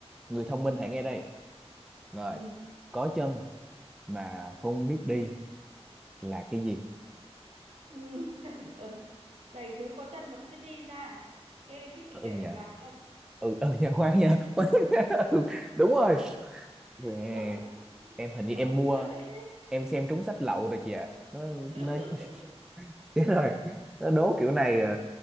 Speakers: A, in the centre; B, on the right.
A: người thông minh hãy nghe đây rồi
B: ừ,
A: có chân mà không biết đi là cái gì
B: ừ. <laughs> trời ơi đầy thứ có chân mà không biết đi ra Ê, em thích chị
A: ừ
B: kể
A: nhờ
B: một loạt không
A: ừ ừ nhờ khoan nhờ <laughs> Khoan. nhờ. Ừ, đúng rồi Nè,
B: <laughs> đúng không
A: em hình như
B: câu
A: em
B: gì
A: mua
B: mà dễ thế
A: em xem trúng sách lậu rồi chị ạ nó,
B: <laughs>
A: nó <laughs> chết rồi nó đố kiểu này ờ,